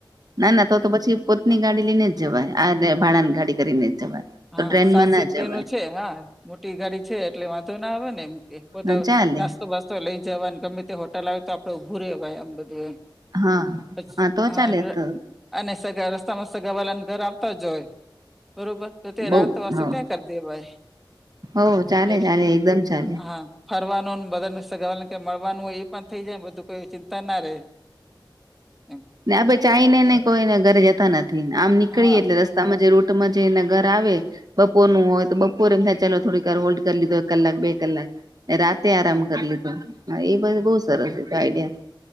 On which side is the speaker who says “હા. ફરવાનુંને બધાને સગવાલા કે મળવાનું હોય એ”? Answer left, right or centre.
Centre